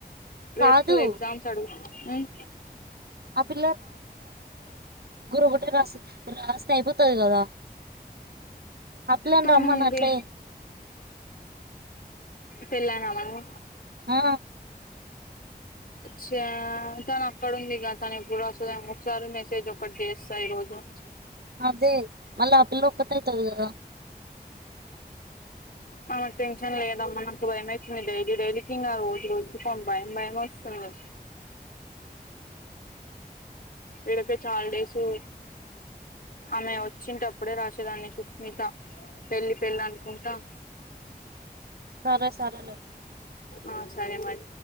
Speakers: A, on the left; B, on the right.
A: రేప్
B: కాదు
A: టు ఎగ్జామ్స్ అడుగు నైయ్
B: అప్పిల్ ఒకటే రాసి రాస్తే అయిపోతది కదా ఆ పిల్లని
A: తను
B: రమ్మను
A: అగే
B: అట్లే
A: పిల్నావాము
B: ఆ
A: చా తను అక్కడ ఉందిగ తను ఎప్పుడు వస్తుందో ఏమో చారు మెసేజ్ ఒకటి చేస్తా ఈరోజు
B: అదే మళ్ల ఆ పిల్ల ఒక్టైతద్ కద
A: మనకు టెన్షన్ లేదమ్మ నాకు భయం ఔతుంది డైలీ డైలీకి ఇంకా రోజు రోజు కొ భయం భయం వస్తుంది ఇక్కడికె చాలడేస్ ఉ ఆమె వచ్చినప్పుడే రాసేదాన్ని సుస్మిత పెళ్లి పెళ్ళి అనుకుంటా
B: సరే సరేలె
A: ఆ సరే మరి